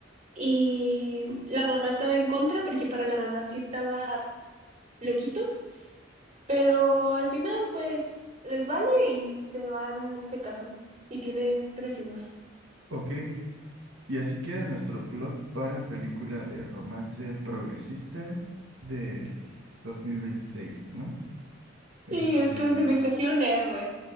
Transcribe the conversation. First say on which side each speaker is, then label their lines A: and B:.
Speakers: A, on the right (about 40°); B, on the right (about 75°).
A: Y la mamá estaba en contra porque para la mamá sí estaba loquito. Pero al final, pues, les vale y se van y se casan. Y tienen tres hijos.
B: Ok, y así queda nuestro plot para película de romance progresista del dos mil veintiséis ¿no? Este...
A: Y es clasificación R.